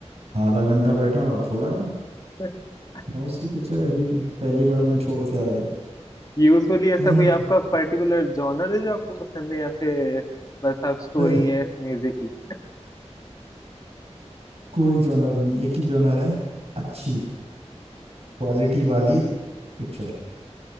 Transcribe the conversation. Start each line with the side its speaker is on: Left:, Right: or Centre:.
Right: आधा घंटा बैठा और छोड़ाया
Left: <laughs>
Right: बहुत सी पिक्चर ऐसी थी पहली बार में छोड़ के आ गया
Left: यूजुअली ऐसा
Right: नहीं
Left: कोई
Right: अच्छी
Left: आपका
Right: लगी
Left: पर्टिकुलर जॉनर है जो आपको पसंद है या फिर बस आप स्टोरी
Right: नहीं,
Left: है म्यूजिक की
Right: कोई जॉनर नहीं एक ही जॉनर है अच्छी क्वालिटी वाली पिक्चर